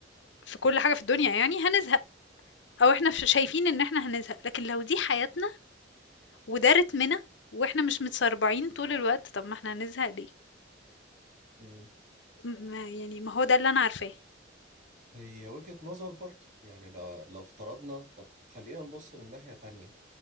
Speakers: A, on the left; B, on the right.
A: في كل حاجه في الدنيا يعني هنزهق او احنا ش- شايفين ان احنا هنزهق لكن لو دي حياتنا وده رتمنا واحنا مش متسربعين طول الوقت طب ما احنا هنزهق ليه
B: مم.
A: م- ما- يعني ما هو ده اللي انا عارفاه
B: هي وجهة نظر برضه يعني لو لو افترضنا طب خلينا نبص من ناحية تانية